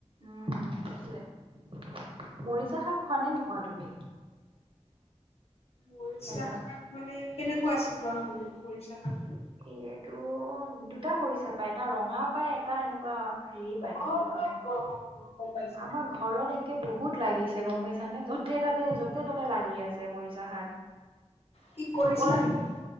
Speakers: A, on the right (about 50°); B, on the left (about 65°).
A: উম হুম সেইটোৱে। মৰিচা শাক খোৱা নে নোখোৱা তুমি?
B: মৰিচা
A: হেল্ল'
B: শাক মানে কেনেকুৱা আছিল বাৰু, ম মৰিচা শাকটো?
A: এইয়াইটো দুটা মৰিচা পায় এটা ৰঙা পায়, এটা এনেকুৱা হেৰি পায়
B: অ',
A: কি কয়
B: অ', অ', গম পাইছো,
A: আমাৰ
B: গম পাইছো।
A: ঘৰত একে বহুত লাগিছে গম পাইছা নে যতেই তাত যতে ততে লাগি আছে মৰিচা শাক,
B: কি কৰিছিলা
A: বৰ
B: নেকি?